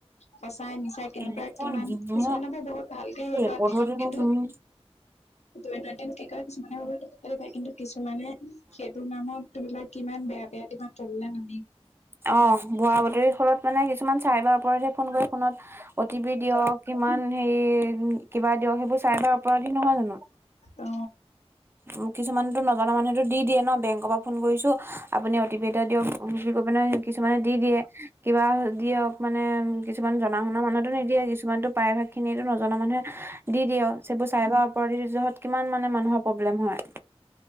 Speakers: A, on the left (about 90°); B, on the right (about 20°).
A: সঁচাই মিছাই কেনেকুৱা
B: এনেকুৱা
A: কিমান
B: নেকি ন
A: কিছুমানে আকৌ বহুত ভালকে হেৰি
B: ৰেকৰ্ড
A: কৰে
B: হৈ
A: কিন্তু
B: থাকে।
A: দৈনন্দিন কি কৰে কিছুমানে হেৰি কৰে, কিন্তু কিছুমানে সেইটোৰ নামত <unintelligible> কিমান বেয়া বেয়া কিমান তললে নামে।
B: অ ভুৱা বাতৰি ফলত মানে কিছুমান চাইবাৰ অপৰাধিয়ে ফোন কৰি ফোনত অ'টিপি দিয়ক কিমান হে কিবা দিয়ক সেইবোৰ চাইবাৰ অপৰাধী নহয় জানো।
A: অ
B: উম কিছুমানতো নজনা মানুহেতো দি দিয়ে ন বেংকৰ পৰা ফোন কৰিছো আপুনি অ'টি পি এটা দিয়ক। অ বুলি কৈ পেলাই কিছুমানে দি দিয়ে কিবা দিয়ক মানে উম কিছুমান জনা শুনা মানুহেতো নিদিয়ে। কিছুমানতো প্ৰায়ভাগ খিনিয়েটো নজনা মানুহে দি দিয় সেইবোৰ চাইবাৰ অপৰাধি যহত কিমান মানে মানুহৰ প্ৰব্লেম হয়